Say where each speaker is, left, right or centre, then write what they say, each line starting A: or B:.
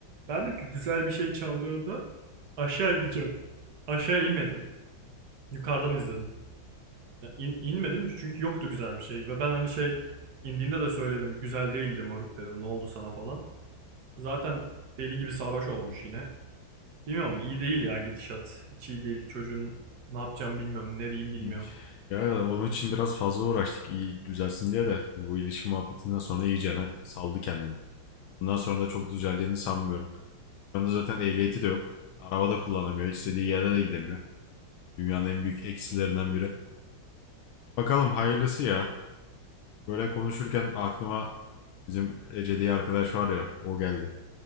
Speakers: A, on the right; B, on the left.
A: Ben dedim ki güzel bir şey çaldığında aşağı ineceğim. Aşağı inmedim. Yukarıdan izledim. Ya in- inmedim çünkü yoktu güzel bir şey. Ve ben hani şey indiğinde de söyledim. Güzel değildi moruk dedim. Ne oldu sana falan. Zaten deli gibi sarhoş olmuş yine. Bilmiyorum iyi değil ya gidişat. Hiç iyi değil. Çocuğun ne yapacağım bilmiyorum. Ne diyeyim bilmiyorum.
B: İyi. Ya onun için biraz fazla uğraştık iyi düzelsin diye de bu ilişki muhabbetinden sonra iyicene saldı kendini. Bundan sonra da çok düzeleceğini sanmıyorum. Şu anda zaten ehliyeti de yok. Araba da kullanamıyor. istediği yere de gidemiyor. Dünyanın en büyük eksilerinden biri. Bakalım hayırlısı ya. Böyle konuşurken aklıma bizim Ece diye arkadaş var ya o geldi.